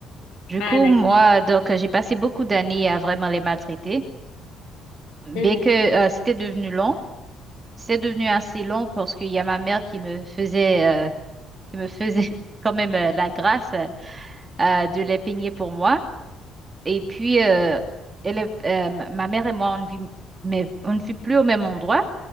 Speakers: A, on the right; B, on the left.
A: Du
B: Ah,
A: coup,
B: d'accord.
A: moi, donc, j'ai passé beaucoup d'années à vraiment les maltraiter. Bien
B: Mhm.
A: que euh, c'était devenu long, c'est devenu assez long parce qu'il y a ma mère qui me faisait, euh, qui me faisait <laughs> quand même euh, la grâce euh, euh, de les peigner pour moi. Et puis, euh, elle est- euh, ma ma mère et moi, on ne vit, mais on ne vit plus au même endroit.